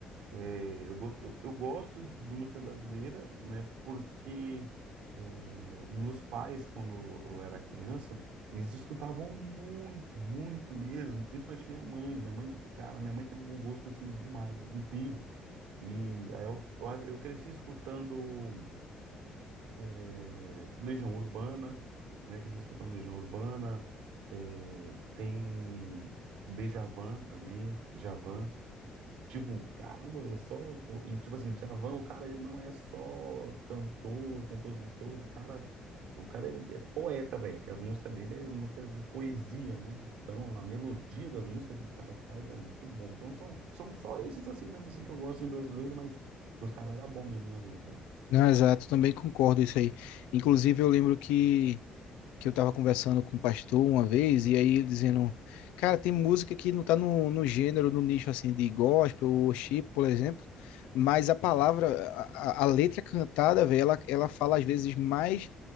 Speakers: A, on the right (about 85°); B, on the left (about 85°).
A: É, eu, go- eu, eu gosto de música brasileira, né? Porque é, os meus pais, quando eu era criança, eles escutavam muito, muito mesmo, principalmente minha mãe. Minha mãe, cara, minha mãe tem um bom gosto assim demais, incrível. E aí eu, eu, eu cresci escutando é, Legião Urbana, né? Cresci escutando Legião Urbana, é, tem Djavan também, Djavan. Tipo, caramba, velho, só. E tipo assim, Djavan, o cara, ele não é só cantor, compositor, o cara. O cara é, é poeta, velho, que as músicas dele é música de poesia, né? Então, a melodia das músicas que o cara faz é muito bom. Então, são, são só esses assim mesmo, assim, que eu gosto em brasileiro, mas que os caras eram bons mesmo nas letras. né?
B: Não, exato, também concordo isso aí. Inclusive, eu lembro que que eu tava conversando com um pastor uma vez, e aí ele dizendo, cara, tem música que não tá no, no gênero, no nicho assim de gospel ou chip, por exemplo, mas a palavra, a, a- a letra cantada, velho, ela, ela fala às vezes mais